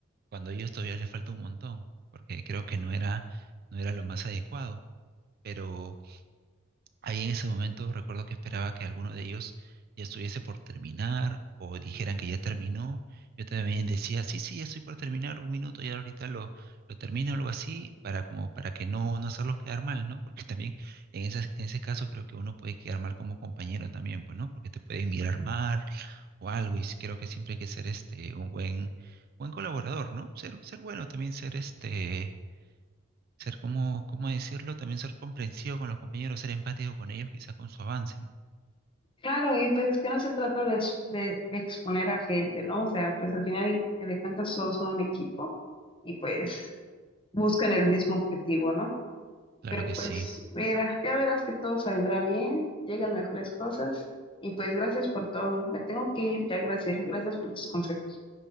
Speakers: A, on the right; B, on the left.
A: cuando a ellos todavía les falta un montón, porque creo que no era, no era lo más adecuado. Pero Ahí en ese momento recuerdo que esperaba que alguno de ellos ya estuviese por terminar o dijeran que ya terminó. Yo también decía, sí, sí, ya estoy por terminar, un minuto ya ahorita lo, lo termino, algo así, para como para que no, no hacerlos quedar mal, ¿no? Porque también en esas- en ese caso creo que uno puede quedar mal como compañero también, pues, ¿no? Porque te pueden mirar mal o algo, y creo que siempre hay que ser este un buen, buen colaborador, ¿no? Ser, ser bueno también, ser este ser como, ¿cómo decirlo? También ser comprensivo con los compañeros, ser empático con ellos, quizás con su avance, ¿no?
B: Claro, y pues es que no se trata de, s- de exponer a gente, ¿no? O sea, pues al final de cuentas todos son un equipo y pues buscan el mismo objetivo, ¿no?
A: Claro
B: Pero
A: que
B: pues
A: sí.
B: mira, ya verás que todo saldrá bien, llegan mejores cosas y pues gracias por todo. Me tengo que ir ya, gracias, gracias por tus consejos.